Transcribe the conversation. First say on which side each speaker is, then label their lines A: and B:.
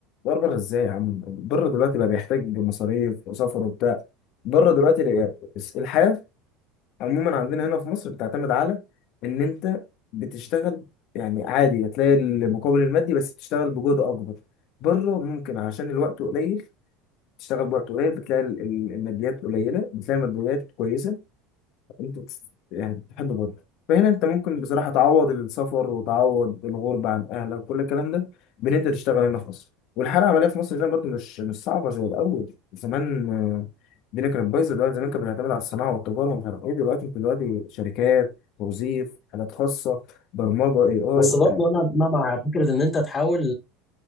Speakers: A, on the left (about 60°); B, on the left (about 35°).
A: أدور بره إزاي يا عم؟ بره دلوقتي بقى بيحتاج مصاريف وسفر وبتاع بره دلوقتي الحياة عموما عندنا هنا في مصر بتعتمد على ان انت بتشتغل يعني عادي هتلاقي المقابل المادي بس تشتغل بجهد اكبر بره ممكن عشان الوقت قليل تشتغل بوقت قليل بتلاقي ال- ال- الماديات قليله بتلاقي الماديات كويسه انتوا بتس- يعني بتحبوا بعض فهنا انت ممكن بصراحة تعوض السفر وتعوض الغربة عن اهلك وكل الكلام ده بان انت تشتغل هنا في مصر والحالة العملية في مصر هنا برضو مش مش صعبة زي الأول زمان آه، الدنيا كانت بايظة دلوقتي زمان كانت بتعتمد على الصناعة والتجارة ومش عارف ايه دلوقتي انت دلوقتي شركات توظيف حالات خاصة برمجة اي اي
B: بس برضه انا أنا مع فكره ان انت تحاول